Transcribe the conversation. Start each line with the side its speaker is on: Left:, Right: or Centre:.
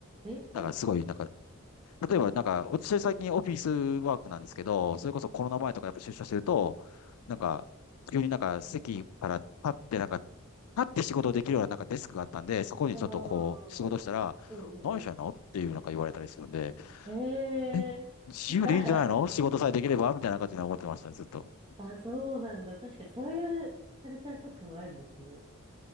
Right: え、タッチ。
Left: だからすごい、なんか、例えばなんか、私最近オフィスワークなんですけど、それこそコロナ前とかやっぱ出社してると、なんか、急になんか席から立って、なんか、立って仕事できるようななんかデスクがあったんで、そこにちょっとこう、
Right: ああ、
Left: 仕事したら、
Right: うんうんうん。
Left: 何してんのっていうなんか言われたりするんで、
Right: ええー。
Left: え、自由でいいんじゃないの仕事さえできればみたいな感じで思ってました、
Right: <laughs>
Left: ずっと。
Right: あ、そうなんだ。確かそういうカルチャーショックもあるんですね。